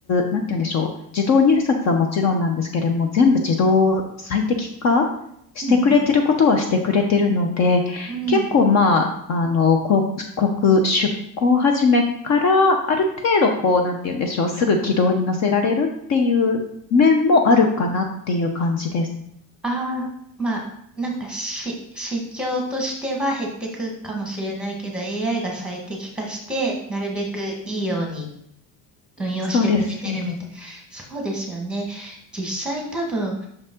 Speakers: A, on the left (about 40°); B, in the centre.
A: なんて言うんでしょう。自動入札はもちろんなんですけれども、全部自動最適化してくれてることはしてくれてるので、
B: うんうん。
A: 結構まあ、あの、広告出稿始めから、ある程度こう、なんて言うんでしょう。すぐ軌道に乗せられるっていう面もあるかなっていう感じです。
B: ああ、まあ、なんかし、市況としては減ってくかもしれないけど、AI が最適化して、なるべくいいように運用してくれてるみたい。
A: そうです、そうです、
B: そうですよね。実際多分、